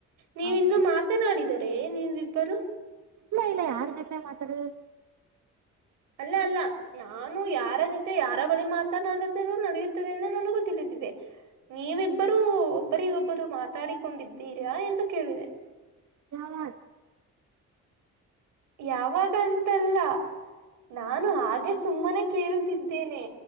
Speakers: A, on the right; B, on the right.
A: ನೀವಿಂದು
B: ಹೌದು
A: ಮಾತನಾಡಿದರೆ ನೀವೀಬ್ಬರು
B: ಇಲ್ಲ ಇಲ್ಲ ಯಾರ್ ಜೊತೆ ಮಾತಾಡ
A: ಅಲ್ಲ ಅಲ್ಲ ನಾನು ಯಾರ ಜೊತೆ ಯಾರ ಬಳಿ ಮಾತನಾಡುದರೂ ನಡೆಯುತ್ತದೆ ಎಂದು ನನಗೂ ತಿಳಿದಿದೆ ನೀವಿಬ್ಬರೂ ಒಬ್ಬರಿ ಒಬ್ಬರು ಮಾತಾಡಿಕೊಂಡಿದ್ದೀರಾ ಎಂದು ಕೇಳಿದೆ
B: ಯಾವ
A: ಯಾವಾಗ ಅಂತ ಅಲ್ಲ ನಾನು ಹಾಗೆ ಸುಮ್ಮನೆ ಕೇಳುತ್ತಿದ್ದೇನೆ